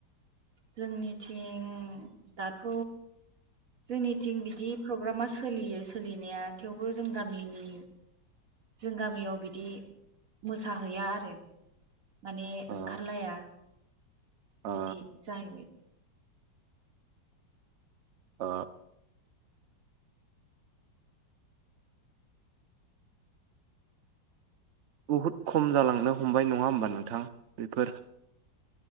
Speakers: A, on the right (about 45°); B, on the right (about 70°).
A: जोंनिथिं दाथ' जोंनिथिं बिदि प्रग्रामा सोलियो सोलिनाया थेवबो जों गामिनि जों गामियाव बिदि मोसाहैया आरो माने
B: अ
A: ओंखारलाया
B: ओ
A: बिदि जाहैबाय
B: अ बुहुद खम जालांनो हमबाय नङा होमबा नोंथां बेफोर